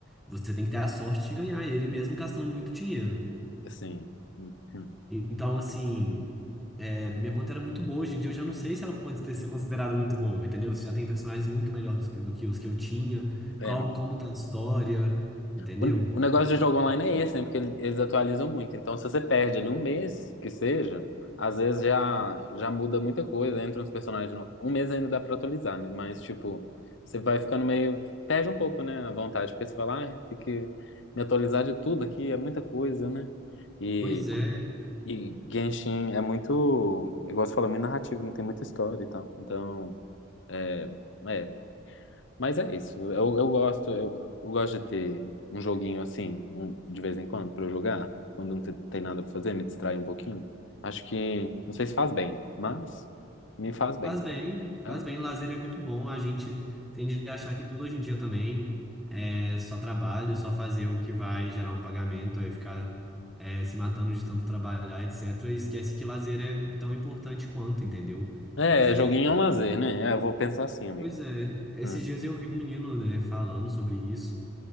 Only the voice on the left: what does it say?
Assim. hum, hum.
É.
O, o negócio de jogo online é esse, né? Porque ele- eles atualizam muito. Então, se você perde ali um mês, que seja, às vezes já, já muda muita coisa. Entra uns personagens. no- Um mês ainda dá pra atualizar, né? Mas, tipo, você vai ficando meio. Perde um pouco, né? A vontade. Porque você fala, ah, tem que me atualizar de tudo aqui, é muita coisa, né? E,
e Genshin é muito. Igual você falou, é muito narrativo, não tem muita história e tal. Então, é. É. Mas é isso. Eu, eu gosto, eu, eu gosto de ter um joguinho assim, um- de vez em quando, pra eu jogar. Quando não te- tem nada pra fazer, me distrai um pouquinho. Acho que, não sei se faz bem, mas me faz bem.
Então,
é.
É,
joguinho é um lazer, né? É, eu vou pensar assim, amigo.
Hum.